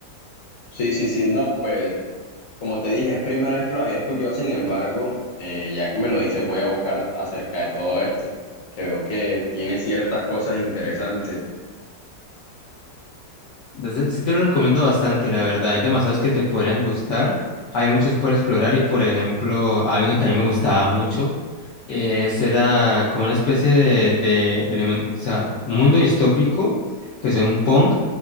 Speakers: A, on the left (about 60°); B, on the left (about 80°).
A: sí, sí, sí. No, pues como te dije, es primera vez que lo había escuchado, sin embargo, eh, ya que me lo dices, voy a buscar acerca de todo esto, porque veo que tiene ciertas cosas interesantes.
B: Desde- sí te lo recomiendo bastante, la verdad. Hay demasiados que te podrían gustar. Hay muchos por explorar y, por ejemplo, hay uno que a mí me gustaba mucho. Eh, ese era como una especie de, de elemento, o sea, un mundo distópico, que es un punk,